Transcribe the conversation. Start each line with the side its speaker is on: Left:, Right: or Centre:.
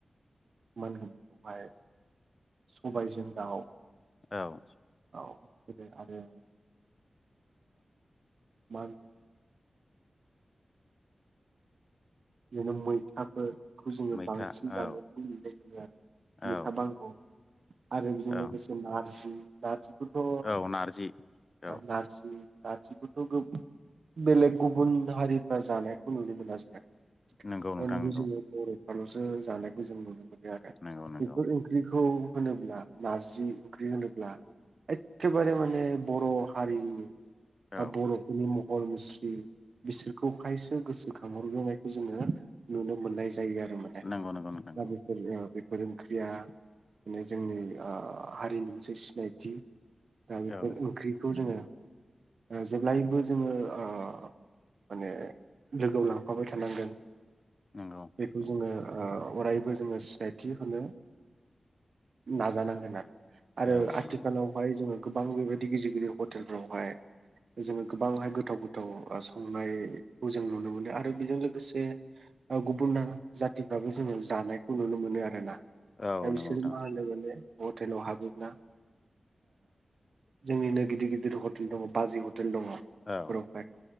Right: मान होनोनखौहाय सबायजों दाउ
Left: औ
Right: आरो मा होनो बिदिनो मैथाफोर खौ जोङो
Left: मैथा
Right: बांसिन जानायखौ
Left: औ
Right: मोनुनाय मोनो आरो
Left: औ
Right: मैथा बांगल आरो बेजों
Left: औ
Right: लोगोसे नारजि नारजि थ'
Left: औ नारजि औ
Right: नारजि नारजिखौ बेलेग गुबुन हारिफ्रा जानायखौ नुनो मोना जोङो अनलि
Left: नंगौ नोंथां नंगौ
Right: जोङो बर'फ्र'सो जानायखौ जों नुनो मोनो
Left: नंगौ नंगौ
Right: बेफोर ओंख्रिखौ होनोब्ला नारजि ओंख्रि होनोब्ला एखेबारे माने बर' हारिनि बा
Left: औ
Right: बर'फोरनि म हरमुस्रि बिसोरखौ खायसो गोसोखांहरग्रोनाय जोङो नुनो मोननाय जायो आरो माने
Left: नंगौ नंगौ नोंथां नंगौ
Right: गामिफोर फोरोरोंख्रिया माने जोंनि हारिनि मोनसे सिनायथि दा बेफोर
Left: औ
Right: ओंख्रिखौ जोङो जेब्लायबो जोङो ओ माने लोगोआव लांफाबाय थ थांगोन
Left: नंगौ
Right: बेखौ
Left: नंगौ
Right: जोङो अरायबो जोङो सिनायथि होनो नाजानांगोन आरो आरो
Left: औ औ
Right: आथिखालावहाय
Left: नंगौ
Right: जोङो गोबां बेबायदि गिदिर गिदिर हटेलफोरावहाय जोङो गोबांहाय गोथाव गोथाव संनायखौ जों नुनो मोनो आरो बेजों लोगोसे गुबुना जाथिफ्राबो जोङो जानायखौ नुनो मोनो आरो ना
Left: औ
Right: आमसोर
Left: नंगौ नोंथां
Right: मा होनो माने हटेलाव हाबोब्ला जोंनिनो गिदिर गिदिर हटेल दङ बाजै हटेल हेल दङावहाय
Left: औ